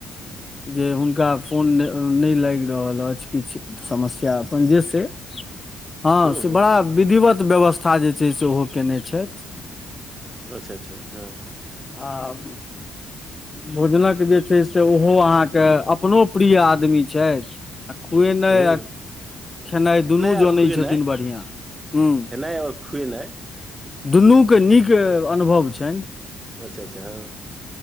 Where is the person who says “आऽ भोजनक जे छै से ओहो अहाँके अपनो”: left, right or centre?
Left